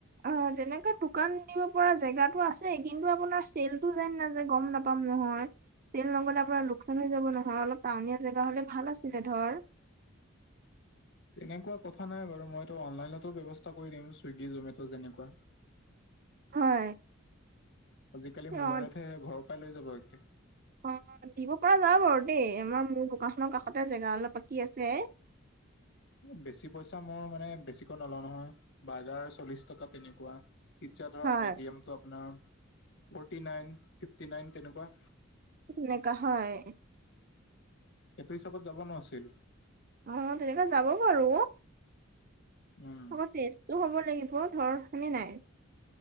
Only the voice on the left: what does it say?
তেনেকুৱা কথা নাই বাৰু মইতো অনলাইনতো ব্যৱস্থা কৰি দিম চুইগি, জমেট' যেনেকুৱা।
আজিকালি
মোবাইলতহে, ঘৰৰ পৰাই লৈ যাব এখে।
বেছি পইচা মই মানে, বেছিকৈ নলওঁ নহয়। বাৰ্গাৰ চল্লিশ টকা তেনেকুৱা। পিজ্জা ধৰা
মেডিয়ামটো আপোনাৰ ফৰ্টি নাইন, ফিফটি নাইন তেনেকুৱা।
এইটো হিচাপত যাব ন চেল।
উম